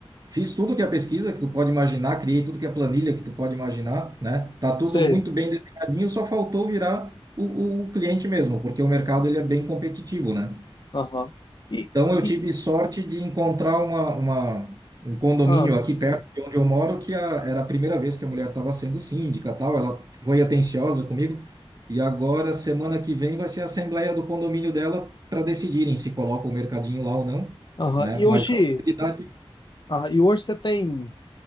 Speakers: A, on the right; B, on the left.
A: Fiz tudo que é pesquisa que tu pode imaginar, criei tudo que é planilha que tu pode imaginar, né? Tá tudo
B: Sei.
A: muito bem mercadinho só faltou virar o, o cliente mesmo, porque o mercado ele é bem competitivo, né?
B: Aham. E,
A: Então eu
B: e,
A: tive sorte de encontrar uma, uma- um condomínio
B: ah.
A: aqui perto de onde eu moro que a- era a primeira vez que a mulher estava sendo síndica, tal. Ela foi atenciosa comigo e agora semana que vem vai ser a assembleia do condomínio dela para decidirem se coloca o mercadinho lá ou não,
B: Aham.
A: né?
B: E
A: Mas
B: hoje,
A: a probabilidade
B: aham, e hoje você tem,